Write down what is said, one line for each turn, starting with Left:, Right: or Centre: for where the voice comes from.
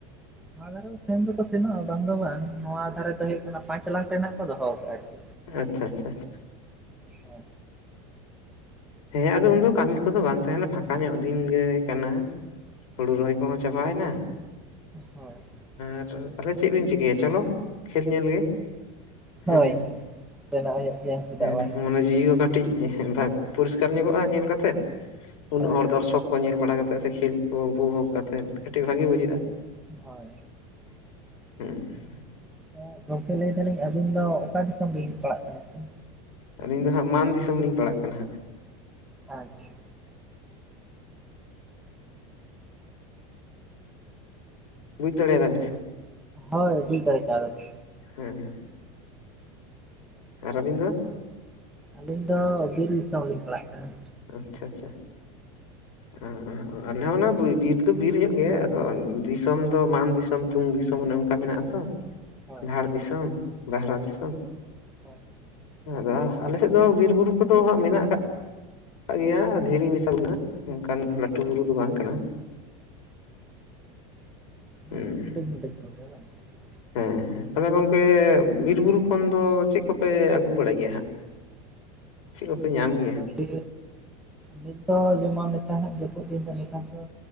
Centre: ᱱᱚᱣᱟ ᱫᱷᱟᱨᱮ ᱦᱚ ᱥᱮᱱ ᱫᱚᱠᱚ ᱥᱮᱱᱚᱜᱼᱟ ᱵᱟᱝ ᱫᱚ ᱵᱟᱝ ᱱᱚᱣᱟ ᱫᱷᱟᱨᱮ ᱫᱚ ᱦᱩᱭᱩᱜ ᱠᱟᱱᱟ᱾ ᱯᱟᱸᱪ ᱞᱟᱠᱷ ᱨᱮᱱᱟᱜ ᱠᱚ ᱫᱚᱦᱚ ᱠᱟᱜᱼᱟ ᱟᱨᱠᱤ?
Left: ᱟᱪᱪᱷᱟ ᱟᱪᱪᱷᱟ ᱟᱷᱟ᱾
Centre: ᱦᱳᱭ
Left: ᱦᱮᱸ ᱟᱫᱚ ᱩᱱᱫᱚ ᱠᱟᱹᱢᱤ ᱠᱚᱫᱚ ᱵᱟᱝ ᱛᱟᱦᱮᱱᱟ ᱯᱷᱟᱸᱠᱟ ᱧᱚᱜ ᱫᱤᱱ ᱜᱮ ᱠᱟᱱᱟ᱾ ᱦᱩᱲᱩ ᱨᱚᱦᱚᱭ ᱠᱚᱦᱚᱸ ᱪᱟᱵᱟᱭᱮᱱᱟ᱾
Centre: ᱦᱳᱭ᱾
Left: ᱟᱨ ᱛᱟᱦᱚᱞᱮ ᱪᱮᱫ ᱵᱤᱱ ᱪᱤᱠᱟᱹᱭᱟ ᱪᱚᱞᱚ ᱠᱷᱮᱞ ᱧᱮᱞ ᱜᱮ᱾ <unintelligible>
Centre: ᱦᱳᱭ ᱪᱟᱞᱟᱜ ᱦᱩᱭᱩᱜ ᱜᱮᱭᱟ ᱪᱮᱫᱟᱜ
Left: ᱦᱮᱸ
Centre: ᱵᱟᱝ
Left: ᱢᱚᱱᱮ
Centre: ᱥᱮ
Left: ᱡᱤᱣᱤ ᱦᱚ ᱠᱟ ᱠᱟᱹᱴᱤᱡ ᱯᱚᱨᱤᱥᱠᱟᱨ ᱧᱚᱜᱚᱜᱼᱟ ᱧᱮᱞ ᱠᱟᱛᱮ ᱩᱱᱟᱹᱜ
Centre: ᱦᱳᱭ
Left: ᱦᱚᱲ ᱫᱚᱨᱥᱚᱠ, ᱠᱚ ᱧᱮᱞ ᱵᱟᱲᱟᱛᱮᱫ ᱥᱮ ᱠᱷᱮᱞ ᱠᱚ ᱩᱯᱚᱵᱷᱳᱜ ᱠᱟᱛᱮᱫ ᱠᱟᱹᱴᱤᱡ ᱵᱷᱟᱜᱮ ᱵᱩᱡᱷᱟᱹᱜᱼᱟ᱾
Centre: ᱦᱳᱭ᱾
Left: ᱦᱮᱸ᱾
Centre: ᱦᱮᱸ᱾ ᱜᱚᱢᱠᱮ ᱞᱟᱹᱭ ᱫᱟᱞᱤᱧ ᱟᱹᱵᱤᱱ ᱫᱚ ᱚᱠᱟ ᱫᱤᱥᱚᱢ ᱵᱤᱱ ᱯᱟᱲᱟᱜ ᱠᱟᱱᱟ ᱵᱤᱱ?
Left: ᱟᱹᱞᱤᱧ ᱫᱚ ᱦᱟᱸᱜ ᱢᱟᱱ ᱫᱤᱥᱚᱢ ᱞᱤᱧ ᱯᱟᱲᱟᱜ ᱠᱟᱱᱟ ᱦᱟᱸᱜ᱾
Centre: ᱟᱪᱪᱷᱟ᱾
Left: ᱵᱩᱡᱽ ᱫᱟᱲᱮᱭᱟᱫᱟ ᱵᱤᱱ ᱥᱮ?
Centre: ᱦᱳᱭ ᱵᱩᱡᱽ ᱫᱟᱲᱮ ᱠᱟᱣᱫᱟᱞᱤᱧ᱾
Left: ᱦᱮᱸ ᱦᱮᱸ᱾ ᱟᱨ ᱟᱹᱵᱤᱱ ᱫᱚ?
Centre: ᱟᱹᱞᱤᱧ ᱫᱚ ᱵᱤᱨ ᱫᱤᱥᱚᱢ ᱞᱤᱧ ᱯᱟᱲᱟᱜ ᱠᱟᱱᱟ᱾
Left: ᱟᱪᱪᱷᱟ ᱟᱪᱪᱷᱟ᱾ ᱚ ᱚ᱾ ᱟᱨᱞᱮᱚᱸ ᱚᱱᱟ ᱵᱤᱨ ᱫᱚ ᱵᱤᱨ ᱧᱚᱜ ᱜᱮ ᱟᱫᱚ ᱫᱤᱥᱚᱢ ᱫᱚ ᱢᱟᱱ ᱫᱤᱥᱚᱢ᱾ ᱥᱤᱛᱩᱝ ᱫᱤᱥᱚᱢ ᱚᱱᱮ ᱚᱱᱠᱟ ᱢᱮᱱᱟᱜᱼᱟ ᱛᱚ
Centre: ᱦᱳᱭ
Left: ᱫᱷᱟᱲ ᱫᱤᱥᱚᱢ, ᱫᱟᱦᱨᱟ ᱫᱤᱥᱚᱢ᱾
Centre: ᱦᱳᱭ᱾
Left: ᱟᱫᱚ ᱟᱞᱮ ᱥᱮᱫ ᱫᱚ ᱵᱤᱨ ᱵᱩᱨᱩ ᱠᱚᱫᱚ ᱦᱟᱸᱜ ᱢᱮᱱᱟᱜ ᱠᱟᱜ ᱚᱱᱟᱜ ᱜᱮᱭᱟ ᱫᱷᱤᱨᱤ ᱢᱮᱥᱟ <unintelligible> ᱚᱱᱠᱟᱱ ᱞᱟᱹᱴᱩ ᱵᱩᱨᱩ ᱫᱚ ᱵᱟᱝ ᱠᱟᱱᱟ᱾
Centre: <unintelligible>
Left: ᱦᱩᱸ ᱦᱮᱸ ᱦᱮᱸ᱾ ᱟᱫᱚ ᱜᱚᱝᱠᱮ ᱵᱤᱨ ᱵᱩᱨᱩ ᱠᱷᱚᱱ ᱫᱚ ᱪᱮᱫ ᱠᱚᱯᱮ ᱟᱹᱜᱩ ᱵᱟᱲᱟᱭ ᱜᱮᱭᱟ ᱦᱟᱸᱜ, ᱪᱮᱫ ᱠᱚᱯᱮ ᱧᱟᱢ ᱜᱮᱭᱟ?
Centre: ᱡᱮ ᱱᱤᱛ ᱫᱚ ᱡᱮᱢᱚᱱ ᱱᱮᱛᱟᱨ ᱦᱟᱸᱜ ᱡᱟᱹᱯᱩᱫ ᱫᱤᱱ ᱫᱚ ᱱᱮᱛᱟᱨ ᱫᱚ